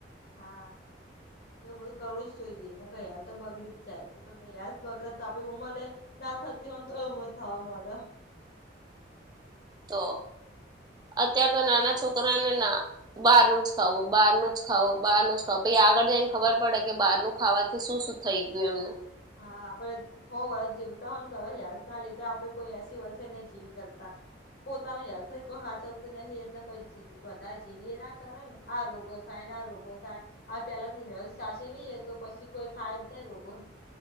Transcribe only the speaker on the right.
તો અત્યાર તો નાના છોકરાને ના બહારનું જ ખાવું બહારનું જ ખાવો બારનું જ ખાવો પી આગળ જ ખબર પડે કે બારનું ખાવાથી શું થઈ ગયું એમનું